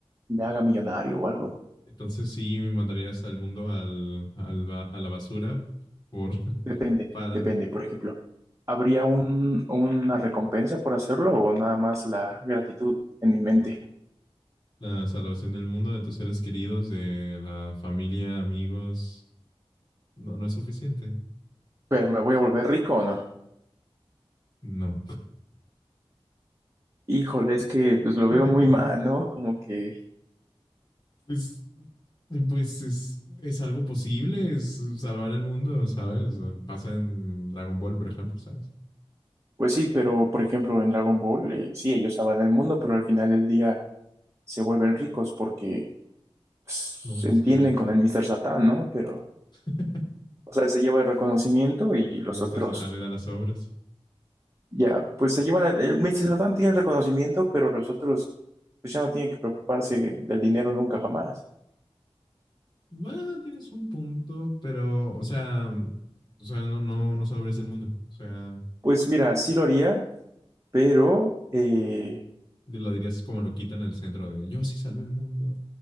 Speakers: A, on the right (about 30°); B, on the left (about 45°).
A: me haga millonario o algo.
B: Entonces sí me mandarías al mundo al, al ba- a la basura por <laughs>
A: Depende,
B: para
A: depende. Por ejemplo, ¿habría un, una recompensa por hacerlo o nada más la gratitud en mi mente?
B: la salvación del mundo, de tus seres queridos, de la familia, amigos. No, no es suficiente.
A: ¿Pero me voy a volver rico o no?
B: No.
A: Híjole, es que pues lo
B: <laughs>
A: veo muy mal, ¿no? Como que,
B: Pues, pues es, es algo posible, es salvar el mundo, ¿sabes? Pasa en Dragon Ball, por ejemplo, ¿sabes?
A: pues sí, pero por ejemplo en Dragon Ball, eh, sí, ellos salvan el mundo, pero al final del día se vuelven ricos porque pues,
B: No es
A: se entienden
B: cierto.
A: con el Mr. Satán, ¿no? Pero,
B: <laughs>
A: o sea, él se lleva el reconocimiento y los
B: El Mr.
A: otros
B: Satan le da las obras.
A: Ya, pues se llevan, el, el Mr. Satan tiene el reconocimiento, pero los otros pues ya no tienen que preocuparse del dinero nunca jamás.
B: Bueno, tienes un punto, pero, o sea, o sea, no, no, no salvarías el mundo. O sea,
A: Pues mira, sí lo haría, pero eh,
B: lo dirías como lo quitan en el centro de yo sí salvé el mundo.